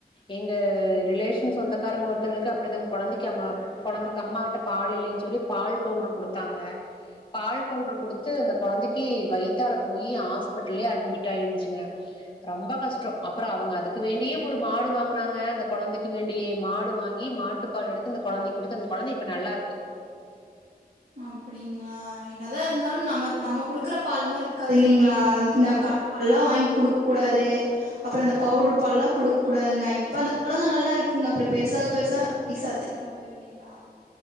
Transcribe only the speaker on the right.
நம் புளி அப்டிங்ளா என்னதா இருந்தாலும் நம்ம நம்ம குடுக்கற பால் மாரி இருக்காது இல்லைங்ளா இந் இந்த கடப்பால்லா வாய்ங் குடுக் கூடாது அப்புறம் இந்த பவுட்ரு பால்லா குடுக் கூடாதுங்க இப்ப அந்த கொழந்த நல்லா இருக்குங்க அப்புறம் பெருசாக பெருசாக அந்த புள்ளைக்கு சத்தி இல்லாம போய் போயிரும் இல்லைங்ளா